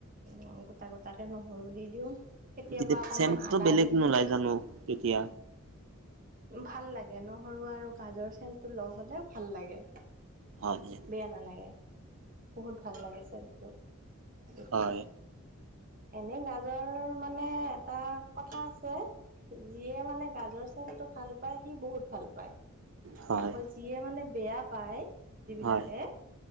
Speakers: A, on the right (about 40°); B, on the right (about 60°).
A: উ গোটা গোটাকে নহৰু দি দিও কেতিয়াবা
B: তেতিয়া
A: অকনমান
B: চেণ্টটো
A: আদা
B: বেলেগ
A: দি
B: নোলাই
A: দিওঁ।
B: জানো তেতিয়া
A: ভাল লাগে নহৰু আৰু গাজৰ চেনটো লগ হ'লে ভাল লাগে।
B: হয়নে?
A: বেয়া নালাগে বহুত ভাল লাগে চেণ্টো তেতিয়া
B: হয়,
A: এনে গাজৰ মানে এটা কথা আছে। যিয়ে মানে গাজৰ চেটটো ভাল পায় সি বহুত ভাল পায়।
B: হয়,
A: আকৌ
B: হয়।
A: যিয়ে মানে বেয়া পায় যিবিলাকে
B: হয়।